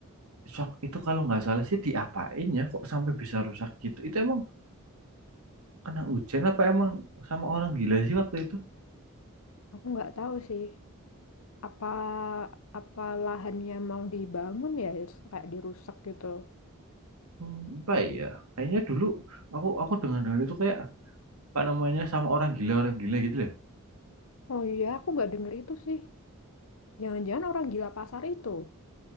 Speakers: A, on the right; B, on the left.
A: sak- itu kalau nggak salah sih diapain ya kok sampai bisa rusak gitu itu emang kena hujan apa emang sama orang gila sih waktu itu
B: Aku nggak tahu sih apa apa lahannya mau dibangun ya terus kayak dirusak gitu.
A: Hmm, apa ya kayaknya dulu aku aku dengar dengar itu kayak pak namanya sama orang gila orang gila gitu loh
B: Oh iya, aku nggak denger itu sih. Jangan-jangan orang gila pasar itu.